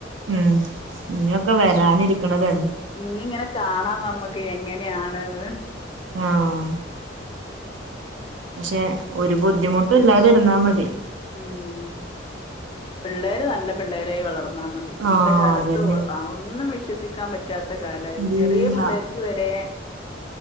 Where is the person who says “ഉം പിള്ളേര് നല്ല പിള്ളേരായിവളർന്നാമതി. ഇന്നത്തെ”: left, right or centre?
Left